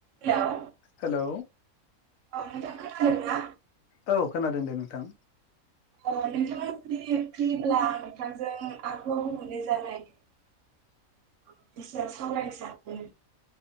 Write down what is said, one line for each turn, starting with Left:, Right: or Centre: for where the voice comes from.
Right: Hello
Left: hello
Right: औ नोंथां खोनादोंना?
Left: औ खोनादों दे नोंथां।
Right: औ नोंथाङा जुदि फ्रिब्ला आं नोंथांजों आबहावा गुबुंले जानायनि सायाव सावरायनो सानदों